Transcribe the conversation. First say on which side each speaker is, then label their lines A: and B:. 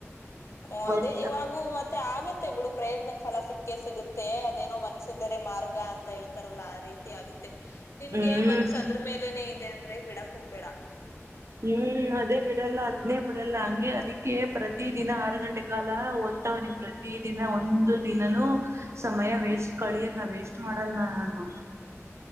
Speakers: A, on the left (about 65°); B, on the right (about 60°).
A: ಹಓ
B: ಬಟ್
A: ಅದೇ ಇವಾಗೂ ಮತ್ತೆ ಆಗ ಬಿಡು ಪ್ರಯತ್ನಕ್ ಫಲ ಸಿಕ್ಕೇ ಸಿಗುತ್ತೆ ಮ ಅದೇನೋ ಮನ್ಸ ರೆ ಮಾರ್ಗ ಅಂತ ಹೇಳ್ತಾರಲ್ಲ ಆ ರೀತಿ ಆಗುತ್ತೆ ನಿನ್ಗೆ
B: ಹ್ಮ್
A: ಮನ್ಸದ ಮೇಲೆನೆೇ ಇದೆ ಅಂದ್ರೆ ಬಿಡಕ್ ಹೋಗ್ಬೇಡ
B: ಹ್ಮ್ ಅದೇ ಬಿಡಲ್ಲ ಅದ್ನೇ ಬಿಡಲ್ಲ ಹಂಗೆ ಅದಕ್ಕೆ ಪ್ರತಿ ದಿನ ಆರು ಗಂಟೆ ಕಾಲ ಓದ್ತವ ನಿಮ ಪ್ರತ ದಿನ ಒಂದು ದಿನನುೂ ಸಮಯ ವೇಸ್ ಕಳ ವೇಸ್ಟ್ ಮಾಡಲ್ಲ ನಾನು